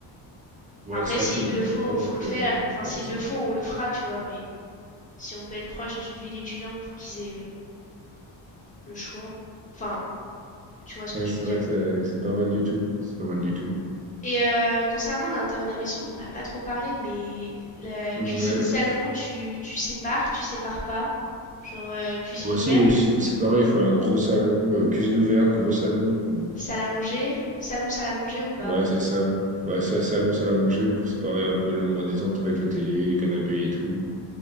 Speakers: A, on the right; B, on the left.
A: Ouais,
B: Enfin, Après,
A: c'est
B: s'il
A: vrai que ça peut vraiment
B: le faut,
A: être pas mal
B: faut le
A: euh,
B: faire. Enfin,
A: d'avoir
B: s'il
A: ça.
B: le faut, on le fera, tu vois. Mais si on peut être proche d'une ville étudiante pour qu'ils aient le choix. Enfin, tu vois ce que
A: Ouais,
B: je
A: c'est
B: veux dire.
A: vrai que ça- c'est pas mal du tout. C'est pas mal du tout.
B: Et euh, concernant l'intérieur de la maison, on n'a pas trop parlé, mais la
A: Mmh,
B: cuisine,
A: Ouais.
B: salon, tu, tu sépares, tu sépares pas? Genre euh, cuisine
A: Moi
B: ouverte,
A: aussi, oui, si, faut- c'est pareil, il faut un gros salon, euh, cuisine ouverte, gros salon.
B: salle à manger, salon, salle à manger ou pas?
A: Ouais, c'est ça. Ouais, ça, salon, salle à manger pour séparer un peu l'endroit détente avec la télé, les canapés et tout.